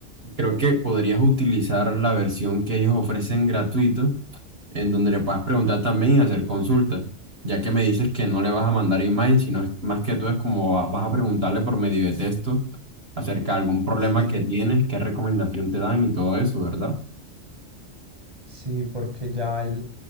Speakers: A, on the right; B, on the right.
A: creo que podrías utilizar la versión que ellos ofrecen gratuito en donde le puedas preguntar también y hacer consultas, ya que me dices que no le vas a mandar imagen, sino es- más que todo es como va- vas a preguntarle por medio de texto acerca de algún problema
B: Sí,
A: que tienes, qué recomendación te dan y todo eso, ¿verdad?
B: Sí, porque ya el-